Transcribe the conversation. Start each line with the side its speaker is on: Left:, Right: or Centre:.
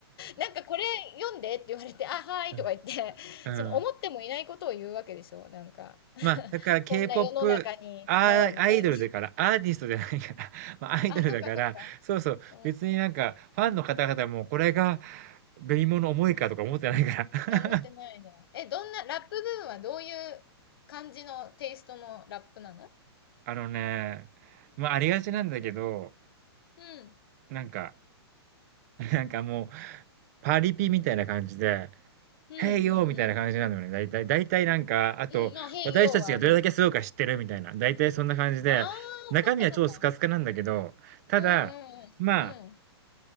Left: なんかこれ読んでって言われて、あ、はーいとか言って、
Right: うん。うん
Left: その思ってもいないことを言うわけでしょ、なんか。
Right: まあ、だから K-POP、
Left: こんな世の中に、
Right: アアイドルだから、
Left: ノーみたいな。
Right: アーティストじゃないから、<laughs> まあ、アイドルだから、
Left: あ、そっかそっか。
Right: そうそう、
Left: うん。
Right: 別になんか、ファンの方々もこれが、紅物重いかとか思ってないから。
Left: あ、持ってないな。
Right: <laughs>
Left: え、どんな、ラップ部分はどういう感じのテイストのラップなの
Right: あのね、まあ、ありがちなんだけど、
Left: うん。
Right: なんか、なんかもう、パリピみたいな感じで、
Left: うんうんうん。
Right: へいよーみたいな感じなのよね。だいたいだいたいなんか、あと、
Left: うん、まあ、変用は、
Right: 私たちがどれだけすごいか知ってるみたいな。
Left: うん。
Right: だいたいそんな感じで、
Left: ああ、
Right: 中身は超スカスカなんだけど、
Left: そっかそっか。
Right: ただ、
Left: うんうんうん。
Right: ま
Left: うん。